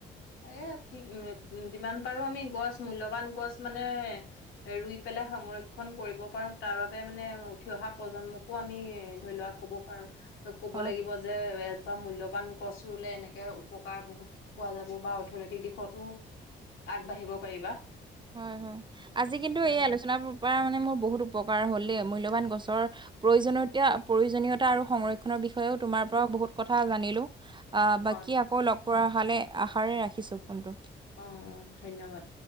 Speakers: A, on the left; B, on the right.
A: এ ঠিক উম যিমান পাৰো আমি গছ মূল্যবান গছ মানে ৰুই পেলাই সংৰক্ষণ কৰিব পাৰো তাৰ বাবে মানে উঠি অহা প্ৰজন্মকো আমি ধৰি লোৱা কব পাৰো ক'ব
B: হয়
A: লাগিব যে এ জোপা মূল্যবান গছ ৰুলে এনেকে উপকাৰ বহুত পোৱা যাব বা অৰ্থনৈতিক দিশতো আগবাঢ়িব পাৰিবা
B: হয় হয় আজি কিন্তু
A: উম
B: এই আলোচনাৰ পৰা মানে মোৰ বহুত উপকাৰ হ'ল দেই মূল্যবান গছৰ প্ৰয়োজনীয়তা প্ৰয়োজনীয়তা আৰু সংৰক্ষনৰ বিষয়েও তোমাৰ পৰা বহুত কথা জানিলো আহ
A: হয়
B: বাকি আকৌ লগ পোৱাৰ হলে আশাৰে ৰাখিছো ফোনটো
A: অ অ ধন্যবাদ